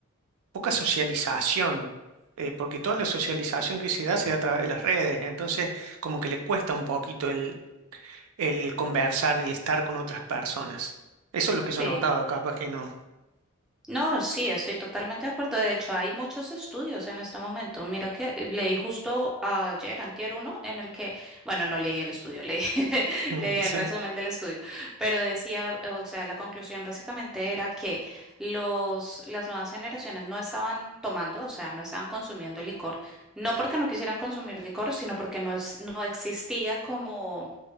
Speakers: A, on the right; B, in the centre.
A: poca socialización, eh, porque toda la socialización que se da se da a través de las redes, entonces como que le cuesta un poquito el, el conversar, el estar con otras personas. Eso es lo que yo
B: sí.
A: he notado, capaz que no. <laughs>
B: No, sí, estoy totalmente de acuerdo. De hecho, hay muchos estudios en este momento. Mira que eh, leí justo ayer, antier uno, en el que, bueno, no leí el estudio, leí, <laughs>
A: Mm,
B: leí
A: Sí,
B: el resumen del estudio, pero decía, o sea, la conclusión básicamente era que los, las nuevas generaciones no estaban tomando, o sea, no estaban consumiendo licor, no porque no quisieran consumir licor, sino porque no es, no existía como